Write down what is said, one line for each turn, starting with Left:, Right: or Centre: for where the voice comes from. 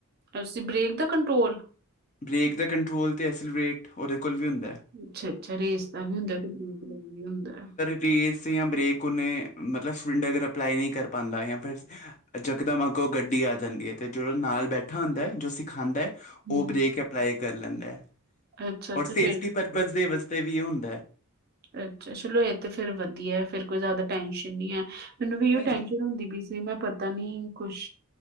Right: ਅਸੀਂ ਬ੍ਰੇਕ ਦਾ ਕੰਟਰੋਲ
Left: ਬਰੇਕ ਦਾ ਕੰਟਰੋਲ ਤੇ ਅਸਲ ਵੇਟ, ਉਹਦੇ ਕੋਲ ਵੀ ਹੁੰਦਾ
Right: ਅੱਛਾ-ਅੱਛਾ ਰੇਸ ਦਾ ਵੀ ਹੁੰਦਾ ਤੇ, ਬ੍ਰੇਕ ਦਾ ਵੀ ਹੁੰਦਾ
Left: ਪ੍ਰੇਜ਼ ਜਾਂ ਬਰੇੇਕ ਉਨੇ ਮਤਲਬ, ਸਿਲਿੰਡ ਅਗਰ ਅਪਲਾਈ ਨਹੀਂ, ਕਰ ਪਾਉਦਾ ਜਾਂ ਫਿਰ ਅੱਛਾ ਏਕ ਦਮ ਅਗੋਂ ਗੱਡੀ ਆ ਜਾਂਦੀ ਹੈ, ਅਤੇ ਜੋ ਨਾਲ ਬੈਠਾ ਹੁੰਦਾ ਹੈ, ਜੋ ਸਿਖਾਉਂਦਾ ਹੈ
Right: ਹੂੰ।
Left: ਉਹ ਬ੍ਰੇਕ ਅਪਲਾਈ ਕਰ ਲੈਂਦਾ ਹੈ,
Right: ਅੱਛਾ-ਅੱਛਾ
Left: ਔਰ ਸੇਫਟੀ
Right: ਫੇਰ
Left: ਪਰਪਜ਼ ਦੇ ਵਾਸਤੇ ਵੀ ਇਹ ਹੁੰਦਾ ਹੈ
Right: ਅੱਛਾ ਚਲੋ, ਇਹ ਤੇ ਫਿਰ ਵਧੀਆ ਏ, ਫਿਰ ਕੋਈ ਜ਼ਿਆਦਾ ਟੈਨਸ਼ਨ ਨਹੀਂ ਹੈ ਮੈਨੂੰ ਵੀ, ਇਉਹ
Left: ਨਹੀਂ
Right: ਟੈਨਸ਼ਨ,
Left: ਨਹੀਂ
Right: ਹੁੰਦੀ ਪਈ ਸੀ ਮੈਂ ਪਤਾ ਨੀ, ਕੁਛ